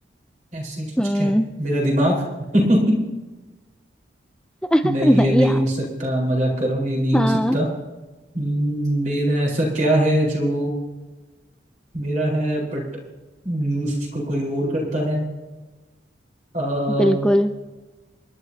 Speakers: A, on the right; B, in the centre.
A: ऐसे कुछ
B: हम्म
A: क्या है मेरा दिमाग <laughs>
B: <laughs>
A: नहीं ये
B: नहीं
A: नहीं
B: यार
A: हो सकता मजाक कर रहा हूँ ये नहीं
B: हाँ
A: हो सकता हम्म, मेरा ऐसा क्या है जो मेरा है बट यूज उसको कोई और करता है आ, हम्म,
B: बिल्कुल